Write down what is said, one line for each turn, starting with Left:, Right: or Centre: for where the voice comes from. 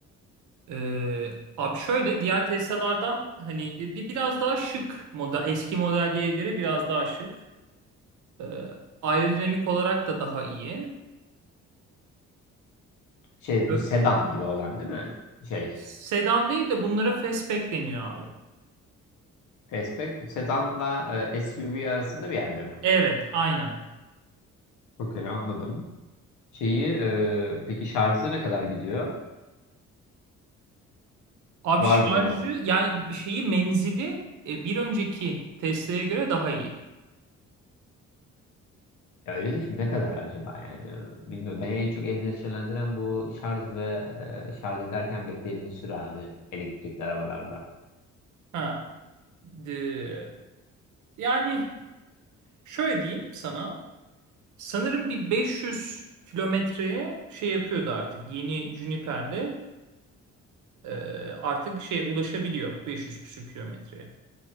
Right: E, abi şöyle diğer Tesla'lardan hani bir, biraz daha şık model. Eski Model Y'ye göre biraz daha şık. E, aerodinamik olarak da daha iyi.
Left: Şey
Right: Ö-
Left: bu sedan gibi olan değil mi? Şey
Right: Sedan değil de bunlara fastback deniyor abi.
Left: fastback sedanla e, SUV arasında bir yerde mi?
Right: Evet. Aynen.
Left: Okey anladım. Şeyi e, peki şarjı ne kadar gidiyor?
Right: Abi
Left: Var
Right: şarjı
Left: mı o
Right: yani şeyi menzili e, bir önceki Tesla'ya göre daha iyi.
Left: Ya öyle de şimdi ne kadar acaba yani bilmiyorum. Beni en çok endişelendiren bu şarj ve e, şarj ederken beklediğin süre abi elektrikli arabalarda.
Right: Ha. de- yani şöyle diyeyim sana. Sanırım bir 500 kilometreye şey yapıyordu artık yeni Juniper'le e, artık şeye ulaşabiliyor 500 küsür kilometreye.